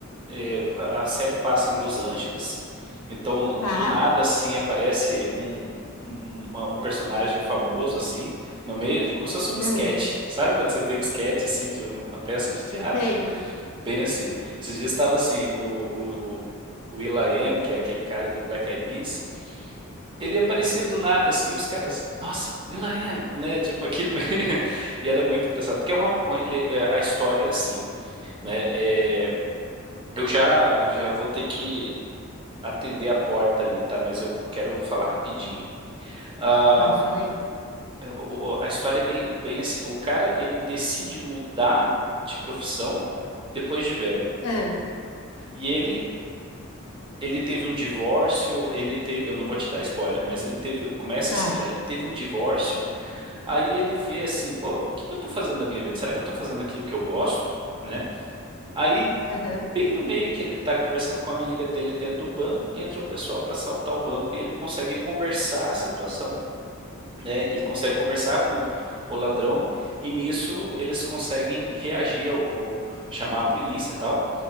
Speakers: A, on the right (about 25°); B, on the left (about 80°).
A: é, a série passa em Los Angeles, então
B: Tá.
A: do nada assim aparece um, um, uma- um personagem famoso assim no meio, como se fosse um
B: É.
A: sketch. Sabe quando você tem um sketch assim de uma peça de teatro?
B: Sei.
A: Bem assim. Esses dias estava assim o, o o will.i.am, que é aquele cara do Black Eyed Peas. Ele aparecia do nada assim, e os caras, nossa, will.i.am, né? Tipo aqui no <laughs> e era muito engraçado porque é uma, um, ele- é, a história é assim né? É, eu já, eu já vou ter que atender a porta ali, tá? Mas eu eu quero falar rapidinho. Ah,
B: Ah, falei.
A: o- o- a história é bem, bem assim. O cara, ele decide mudar de profissão depois de velho.
B: Ah,
A: E ele, ele teve um divórcio, ele teve, eu não vou te dar spoiler, mas ele teve, começa
B: tá.
A: assim já, ele teve um divórcio, aí ele vê assim, pô, o que que eu tô fazendo da minha vida? Será que eu tô fazendo aquilo que eu gosto? né? Aí,
B: Aham.
A: bem no meio que ele está conversando com a amiga dele dentro de um banco, entra um pessoal para assaltar o banco e ele consegue conversar a situação, né? Ele consegue conversar com o ladrão e nisso eles conseguem reagir ou, ou chamar a polícia e tal.